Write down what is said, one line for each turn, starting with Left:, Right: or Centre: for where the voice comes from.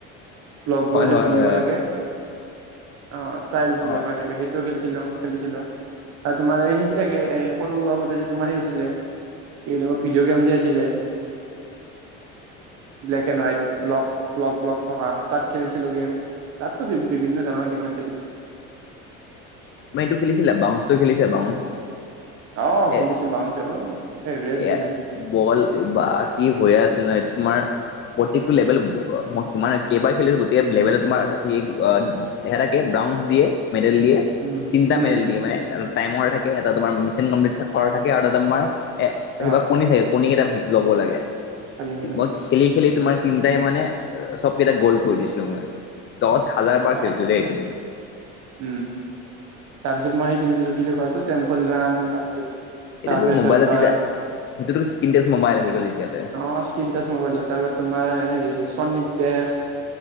Right: ব্লকবোৰ
Left: হয়
Right: যে
Left: হয়
Right: ভঙিব
Left: হয় হয়
Right: লাগে, অ ট্ৰাইলছ বুলিও
Left: অ'
Right: কয় ছাগে। খেলিছিলোঁ, খেলিছিলোঁ। আৰু, তোমাৰ এই সেই যে থাকে সৰু আগতে যে তোমাৰ হেৰি আছিলে। এবিলাকৰ ভিডিঅ' গেম যে আছিলে।
Left: <inaudible>
Right: ব্লেক এণ্ড হোৱাইট, ব্লক-ব্লক-ব্লক থকা, তাত খেলিছিলোঁ গেম। তাত তো, বিভিন্ন ধৰণৰ গেম আছিলে।
Left: তুমি এইটো খেলিছিলা, বাউন্সটো খেলিছা, বাউন্স।
Right: অ,
Left: এ
Right: খেলিছোঁ বাউন্স। অ, ফেভৰেট
Left: এয়া
Right: আছিলে মোৰ।
Left: বল বা কি <unintelligible> আছিলে ন, তোমাৰ? প্ৰত্যেকটো লেভেল ব অ মই কিমান কেইবাৰ খেলিছো, গোটেই লেভেলত তোমাৰ এ অ <unintelligible> ব্ৰঞ্জ দিয়ে, মেডেল দিয়ে।
Right: উম
Left: তিনিটা
Right: উম
Left: মেডেল দিয়ে, মানে টাইমৰ থাকে, এটা তোমাৰ মেচিন কমপ্লিট কৰা থাকে, আৰু এটা তোমাৰ এ, কিবা
Right: অ
Left: কণী থাকে, কণী কেইটা ভা ল'ব লাগে।
Right: থাকিব লাগে
Left: মই খেলি খেলি তোমাৰ তিনটাই, মানে চবকেইটা গোল্ড কৰি দিছিলোঁ মই। দহ হাজাৰ
Right: অ
Left: বাৰ
Right: অ
Left: খেলিছিলোঁ দেই এইটো
Right: উম। তাৰ পিছত মই খেলিছিলোঁ, কি কয় এইটো টেম্পল ৰান। তাৰপিছত চাবৱে
Left: এইটোতো ম'বাইলত
Right: চাৰ্ফাৰ
Left: তেতিয়া সেইটোতো স্ক্ৰীন টাচ মোবাইল আহি গ'ল তেতিয়ালৈ।
Right: অ স্ক্ৰীন টাচ ম'বাইলত, তাৰপিছত তোমাৰ সেই। <unintelligible>